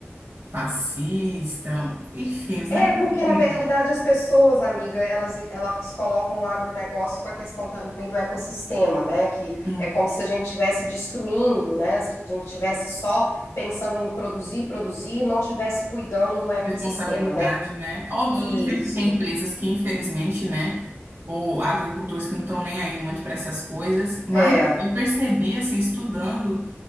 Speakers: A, on the right (about 65°); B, on the left (about 85°).
A: fascista, um, enfim, os negócios
B: É, porque
A: assim.
B: na verdade as pessoas, amiga, elas, elas colocam o agronegócio com a questão também do ecossistema, né? Que
A: Hum,
B: é como se a gente estivesse destruindo, né? Se a gente estivesse só pensando em produzir, produzir e não estivesse cuidando do ecossistema,
A: responsabilidade,
B: né?
A: né? Óbvio
B: Isso,
A: que sempre tem empresas que, infelizmente, né, ou agricultores que não estão nem aí muito para essas coisas, mas
B: é,
A: eu percebi, assim, estudando.